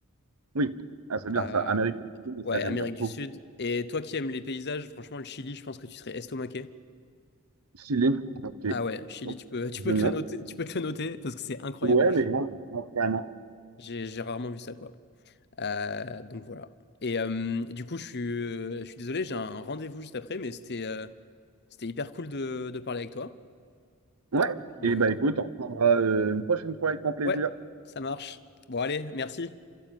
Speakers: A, on the right; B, on the left.
A: Oui, ah, c'est bien
B: Euh,
A: ça. Amérique, latine,
B: ouais,
A: ça j'aimerais
B: Amérique du
A: beaucoup.
B: Sud. Et toi qui aimes les paysages, franchement, le Chili, je pense que tu serais estomaqué.
A: Chili, ok.
B: Ah ouais, Chili,
A: Ok,
B: tu peux, <laughs> tu
A: Je
B: peux te
A: note.
B: le noter, tu peux te le noter parce que c'est incroyable.
A: Ouais,
B: Moi,
A: mais
B: je-
A: grave, grave, carrément.
B: j'ai j'ai rarement vu ça, quoi. Euh, donc voilà. Et euh, du coup, je suis, euh, je suis désolé, j'ai un rendez-vous juste après, mais c'était euh, C'était hyper cool de, de parler avec toi.
A: Ouais,
B: Et puis,
A: et
B: euh,
A: bah écoute, on reprendra euh, une prochaine fois avec grand plaisir.
B: ouais, ça marche. Bon, allez, merci.